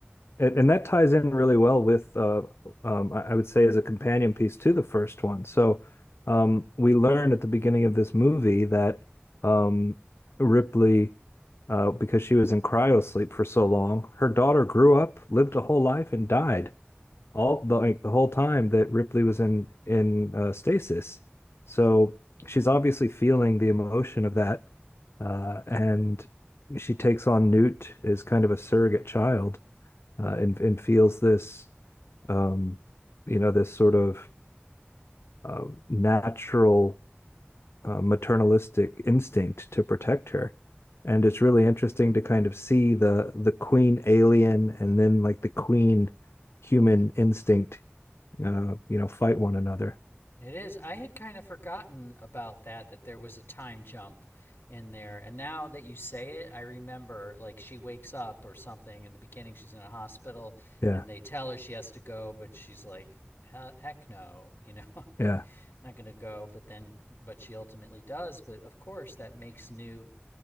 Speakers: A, on the left; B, on the left.
A: And, and that ties in really well with, uh, um, I I would say, as a companion piece to the first one. So um, we learn at the beginning of this movie that um, Ripley, uh, because she was in cryosleep for so long, her daughter grew up, lived a whole life, and died. all the like the whole time that Ripley was in in uh, stasis. So she's obviously feeling the emotion of that, uh, and she takes on Newt as kind of a surrogate child, uh, and and feels this, um, you know, this sort of uh, natural uh, maternalistic instinct to protect her. And it's really interesting to kind of see the the queen alien and then like the queen human instinct uh, you know, fight one another.
B: It is. I had kind of forgotten about that, that there was a time jump in there. And now that you say it, I remember like she wakes up or something in the beginning, she's in a hospital
A: Yeah,
B: and they tell her she has to go, but she's like, heck no, you know, <laughs> I'm
A: yeah,
B: not going to go. But then, but she ultimately does. But of course, that makes Newt